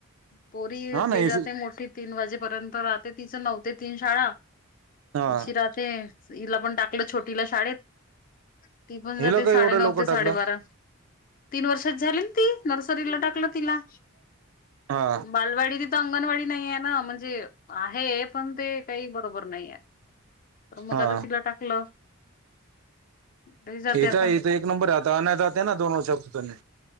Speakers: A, on the left (about 40°); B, on the right (about 70°).
A: पोरी
B: हा नाही
A: ते जाते मोठी तीन वाजेपर्यंत राहते तिचं नव ते तीन शाळा
B: हा
A: हिची राहते हिला पण टाकलं छोटी ला शाळेत. ती पण
B: हिला
A: जाते
B: काय
A: साडेनऊ
B: एवढं लवकर
A: ते
B: टाकलं
A: साडेबारा. तीन वर्षाची झाली ना ती, नर्सरीला टाकलं तिला
B: हा
A: बालवाडी ता अंगणवाडी नाही आहे ना म्हणजे आहे पण ते काही बरोबर नाही आहे. मग
B: हा
A: आता तिला टाकलं. तरी जाते
B: येत
A: आता
B: ईथ एक नंबर आता आणाय जाते ना दोन वर्षच्या पतने.